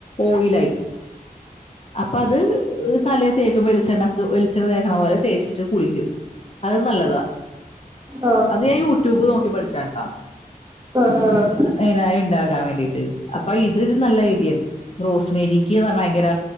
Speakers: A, on the left; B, on the right.
A: ഓയിലായി അപ്പൊ അത് തലേ തേക്കുമോ വെളിച്ചെണ്ണക്ക് വെിച്ചെണ്ണ തേക്കണ പോലെ തേച്ചിട്ട് കുളിക്കും അത് നല്ലതാ
B: ആഹ് ആഹ്
A: അത് ഞാൻ യൂട്യൂബ് നോക്കി പഠിച്ചട്ടാ
B: ആഹ്
A: അങ്ങനെ ഇണ്ടാക്കാൻ വേണ്ടീട്ട് അപ്പൊ ഇത് നല്ല ഐഡിയാണ് റോസ് മേരിക്ക് ഭയങ്കര